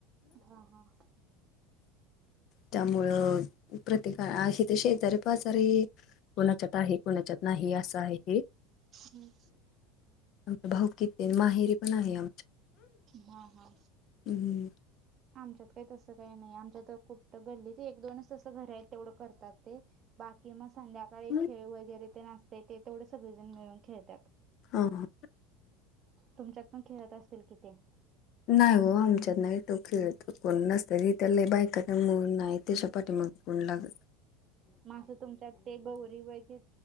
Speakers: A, on the right (about 40°); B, on the left (about 55°).
A: हा हा.
B: त्यामुळं प्रत्येका ह तर शेजारी. क जरी कोणाच्या आहे कोणाच्यात नाही असं आहे क
A: हम्म.
B: आ भाऊकित माहेरी पण आहे आमच्या.
A: हा हा.
B: हम् हम.
A: आमच्यात काही तसं काही नाही आमच्या तर कुठ गल्ली ते एक दोनच तसं घर आहेत तेवढं करतात ते.. बाकी मग संध्याकाळी
B: हा
A: खेळ वगैरे ते नसते ते तेवढे सगळेजण मिळून खेळतात.
B: हो ह
A: तुमच्यात पण खेळत असतील कि ते.
B: नाही हो आमच्यात नाही तो खेळतो कोण नसत तिथला बायकाना मळून नाही त्याच्या पाठी. उग.
A: मग असं तुमच्यात ते गौरी वगैरे